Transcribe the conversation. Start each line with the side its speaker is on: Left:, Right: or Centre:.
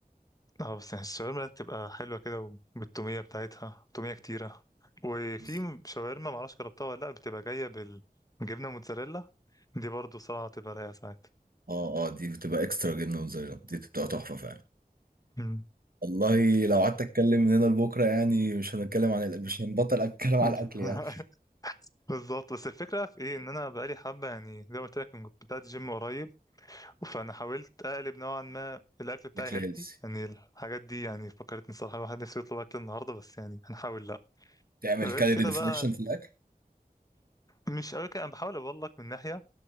Left: اه بس يعني الشاورما بتبقى حلوة كده وبالتومية بتاعتها تومية كتيرة وفي
Right: بالظبط
Left: شاورما معرفش جربتها ولا لأ بتبقى جاية بالجبنة موتزاريلا دي برضو صراحة بتبقى رايقة ساعات
Right: اه اه دي بتبقى اكسترا جبنه موتزاريلا دي بتبقى تحفه فعلا
Left: مم.
Right: والله لو قعدت اتكلم من هنا لبكره يعني مش هنتكلم عن الأ- مش هنبطل اتكلم
Left: <laughs>
Right: عن الاكل يعني
Left: بالظبط بس الفكرة في ايه ان انا بقالي حبة يعني زي ما قلت لك كنت بدأت جيم قريب فانا حاولت اقلب نوعا ما الاكل بتاعي
Right: اكل
Left: هيلثي
Right: هيلثي
Left: يعني الحاجات دي يعني فكرتني الصراحة الواحد نفسه يطلب اكل النهاردة بس يعني هنحاول لا
Right: تعمل
Left: غير
Right: كالوري
Left: كده
Right: ديفليكشن
Left: بقى
Right: في الاكل
Left: مش قوي كده انا بحاول اقول لك من ناحية